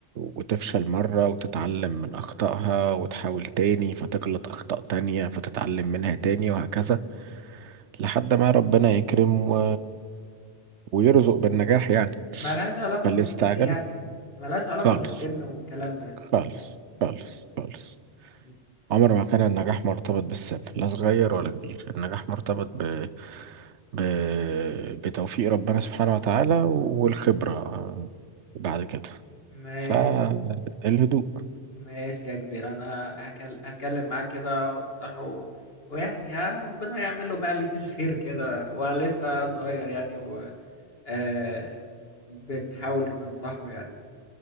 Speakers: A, on the right; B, on the left.
A: وتفشل مرة وتتعلم من أخطائها وتحاول تاني فتغلط أخطاء تانية فتتعلم منها تاني وهكذا لحد ما ربنا يكرم و... ويرزق بالنجاح يعني
B: ملهاش علاقة
A: فاللي
B: بالسن
A: استعجل
B: يعني ملهاش علاقة
A: خالص
B: بالسن والكلام ده
A: خالص خالص خالص
B: م-
A: عمر ما كان النجاح مرتبط بالسن لا صغير ولا كبير النجاح مرتبط ب... ب... بتوفيق ربنا سبحانه وتعالى والخبرة بعد كده
B: ماشي
A: فالهدوء
B: ماشي يا كبير انا هكل... هتكلم معاه كده وانصحه و... ويعني ها ربنا يعمل له بقى اللي فيه الخير كده ولسه صغير يعني و... آه... بنحاول ننصحه يعني